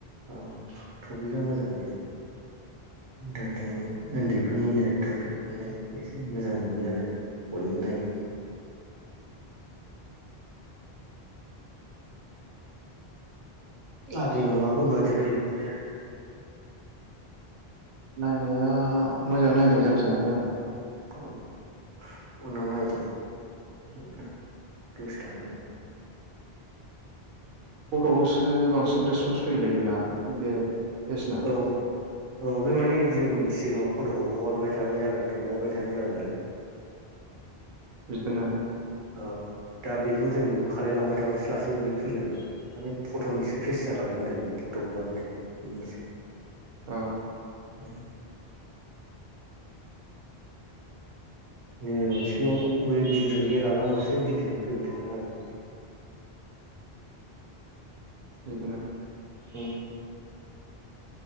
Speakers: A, on the right; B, on the right.
A: औ टपिकआ मोजां बेनो। इन्टारटेनमेन्ट उन्दैफोरनिनो टपिक नालाय एसे मोजां नुयो आरो। बयबो नायो। आरो माफोरबायादि फैदों नायाखै
B: नायनाया मोजां नायनाय जाफिनाखै आङो
A: <unintelligible> उनाव नायदो फोर दसे थानानै
B: फथ'खावखौसो बांसिन रेसपन्स फैयोलै बेना बे पेजना
A: औ औ बे माने जों सिगाङाव फट'खौ हगारबाय थाबाय जाबाय हगारबाय थानाय जाबाय नालाय।
B: बिदिनो
A: औ दा बेखौ जों बेखौ खालायलांबाय थाबासो लासै गायै फैलांगोन माने फट'निसो फेस जाखादों आरो। फथ' हगारनो बिदिनोसै
B: औ
A: उम नैबे मोनसेखौ बे बिदिवनि लालांबासो बिदनि फैबाय थागोन आरो। <unintelligible>
B: बेदिनो।
A: उम